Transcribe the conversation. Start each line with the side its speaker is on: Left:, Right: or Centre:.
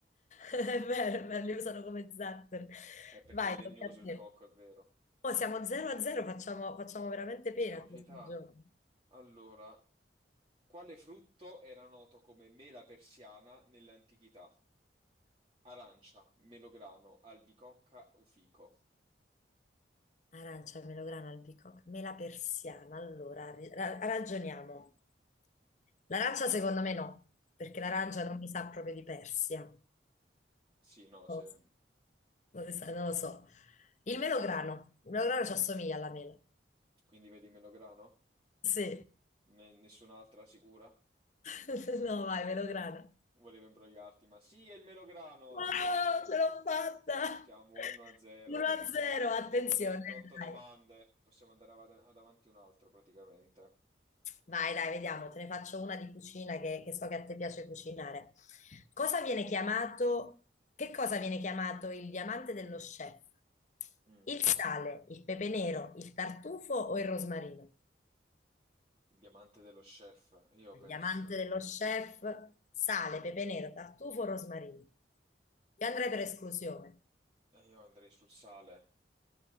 Left: È vero, è vero, li usano come zattero.
Right: È perché
Left: Vai,
Right: è legnoso
Left: tocca a
Right: il
Left: te.
Right: cocco, è vero.
Left: Oh, siamo 0 a 0, facciamo, facciamo veramente
Right: Facciamo
Left: pena a
Right: pietà.
Left: questo gioco.
Right: Allora, quale frutto era noto come mela persiana nell'antichità? Arancia, melograno, albicocca o fico?
Left: Arancia, melograno, albicocca, mela persiana. Allora, ri- ra- ragioniamo. L'arancia secondo me no, perché l'arancia
Right: Mm,
Left: non mi sa proprio di Persia.
Right: Sì, no, se...
Left: Non lo so. Non lo so. non lo so. Il melograno. Il melograno ci assomiglia alla mela.
Right: quindi vedi melograno?
Left: Sì.
Right: Ne- nessun'altra sicura?
Left: <laughs> No, vai, melograno.
Right: Volevo imbrogliarti, ma sì, è il melograno.
Left: No,
Right: No.
Left: ce l'ho fatta!
Right: Siamo 1-0.
Left: 1-0, attenzione,
Right: Dopo 38 domande
Left: dai.
Right: possiamo andare av- ad avanti un altro praticamente.
Left: Vai, dai, vediamo, te ne faccio una di cucina che, che so che a te piace cucinare. Cosa viene chiamato, che cosa viene chiamato il diamante dello chef?
Right: Mm,
Left: Il sale, il pepe nero, il tartufo o il rosmarino?
Right: Il diamante dello chef. Io
Left: Il
Right: penso...
Left: diamante dello chef, sale, pepe nero, tartufo, rosmarino. Io andrei per esclusione.
Right: eh, Io andrei sul sale.